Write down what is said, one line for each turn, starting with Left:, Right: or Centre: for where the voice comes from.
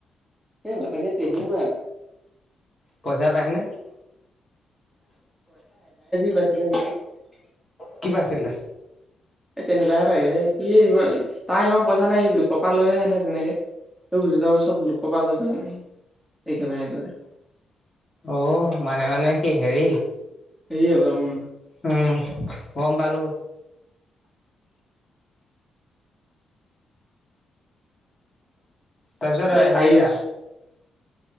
Centre: সেই বাপেকে ট্ৰেডিং কৰা
Left: পইচা পায়নে?
Centre: বছ <inaudible>
Left: কিবা আছিল
Centre: এ' তেনেকুৱাহে লাগে সি তাৰ ইমান পইচা নাই কপাল লৈহে আনে তেনেকে। চব লোকক পাল নাই একেবাৰে একেবাৰে।
Left: অ' মানে - মানে কি হেৰি
Centre: সেৰি আকৌ উম।
Left: উম গম পালো। তাৰপিছত
Centre: এই
Left: সেইয়া
Centre: আয়ুষ